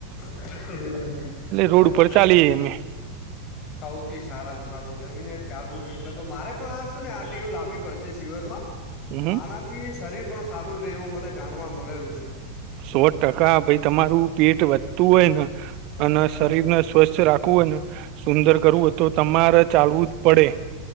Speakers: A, on the left; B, on the right.
A: <unintelligible> અચ્છા
B: રોડ
A: અચ્છા
B: ઉપર ચાલીએ
A: સૌથી
B: અમે
A: સારામાં સારું જમી ને ચાલુ એટલે તો મારે પણ આશું ને આ ટીવ લાભી પડશે જીવન માં.
B: હમ
A: આનાથી શરીર પણ સારું રહે, એવું મને જાણવા મળેલું છે.
B: સો ટકા, ભાઈ તમારું પેટ વધતું હોયને, અને
A: હમ
B: શરીરને સ્વસ્થ રાખ કુ હોયને, સુંદર કરવું હોય, તો તમારે ચાલવું જ પડે.